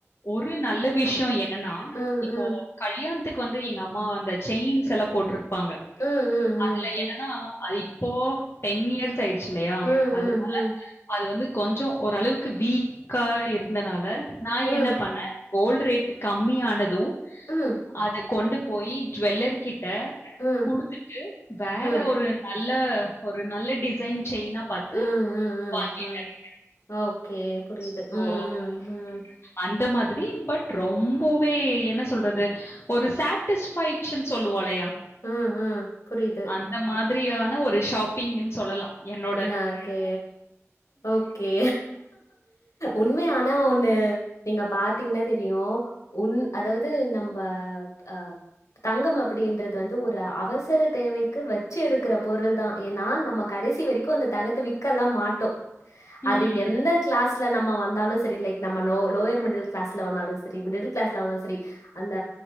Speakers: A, on the left; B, on the left.
A: ஒரு நல்ல விஷியோ என்னன்னா
B: ம்
A: இப்போ
B: ம்
A: கல்யாண்த்துக்கு வந்து எங்க அம்மா அந்த செயின்ஸ் எல்லா போட்டுருப்பாங்க
B: ம் ம்
A: அதுல
B: ம்
A: என்னன்னா இப்போ டென் இயர்ஸ் ஆயிடுச்சில்லையா
B: ம்
A: அதனால
B: ம் ம்
A: அது வந்து கொஞ்சோ ஓரளவுக்கு வீக்கா இருந்தனால நா
B: ம்
A: என்ன பண்ணே கோல்ட ரேட் கம்மியானது
B: ம்
A: அத கொண்டு போய் ஜுவெல்லர் கிட்ட
B: ம்
A: குடுத்துட்டு வேற
B: ம்
A: ஒரு நல்ல ஒரு நல்ல டிசைன் செயின் நா பாத்து
B: ம் ம் ம்
A: வாங்கிட்டே
B: ம் ஓகே புரியுது
A: சோ
B: ம் ம் ம்
A: அந்த மாதிரி பட் ரொம்போவே என்ன சொல்றது ஒரு சேட்டிஸ் ஃபைக்ஸ்ன் சொல்லு இல்லயா
B: ம் ம் புரியுது
A: அந்த மாத் ஃபிரியான ஒரு ஷாப்பிங்கின் சொல்லலா என்னோ
B: ந கே ஓகே உண்மையா ஆனா ஒண்ணு நீங்க பாத்தீஙன்னா தெரியு உண் அதாவுது நம்ப அ தங்கம் அப்படின்றது வந்து ஒரு அவசர தேவைக்கு வச்சு எடுக்கிற பொருள் தா ஏன்னா நம்ம கடைசி வரை க்கு அந்த தங்கத்த விக்கல்லா மாட்டோ
A: ம்.
B: அது எந்த கிளாஸ் ல நம்ம வந்தாலு சரி லைக் நம்மோ லோயர் மிடில் கிளாஸ்ல வந்தாலு சரி மிடில் கிளாஸ்ல வந்தாலு சரி அந்த